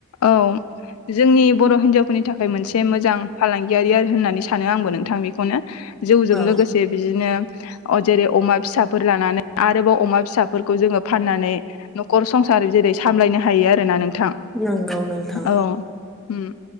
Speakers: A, on the left (about 70°); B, in the centre.
A: औ जोंनि बर' हिनजावफोरनि थाखाय मोनसे मोजां फालांगियारि आर होननानै सानो आंबो नोंथां बेखौनो जौजों
B: औ
A: लोगोसे बिदिनो अ जेरै अमा फिसाफोर लानानै आरोबाव अमा फिसाफोरखौ जोङो फाननानै न'खर संस सार जेरै सामलायनो हायो आरोना नोंथां,
B: नंगौ नोंथां
A: औ। उम